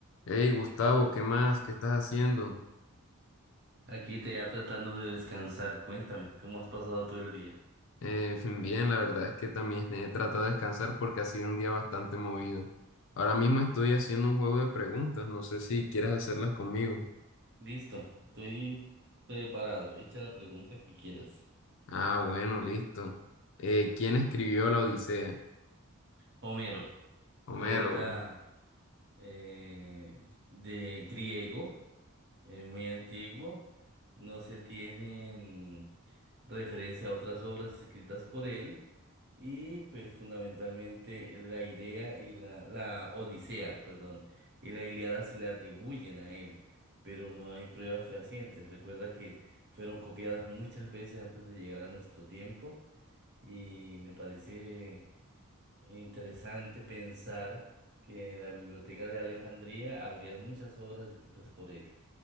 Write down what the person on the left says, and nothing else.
Hey Gustavo, ¿qué más? ¿Qué estás haciendo?
Eh, <laughs> fin, bien, la verdad es que también he tratado de descansar porque ha sido un día bastante movido. Ahora mismo estoy haciendo un juego de preguntas, no sé si quieres hacerlas conmigo.
Ah, bueno, listo. Eh, ¿quién escribió la Odisea?
Homero.